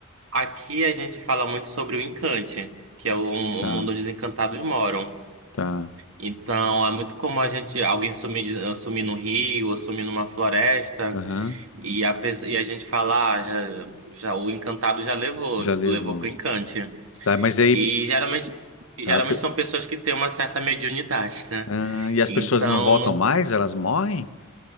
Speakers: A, on the right; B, on the left.
A: aqui a gente fala muito sobre o encante, que é o, o
B: tá,
A: mundo onde os encantados moram.
B: tá.
A: Então, é muito comum a gente, alguém sumir, de- sumir no rio, ou sumir numa floresta,
B: Aham,
A: e a, pes- e a gente falar, ah, já, já- o encantado já levou,
B: já
A: tipo,
B: levou.
A: levou pro encante.
B: Tá, mas aí.
A: E geralmente, e geralmente
B: a pe-
A: são pessoas que têm uma certa mediunidade, né?
B: ah, e as
A: Então,
B: pessoas não voltam
A: no-
B: mais? Elas morrem?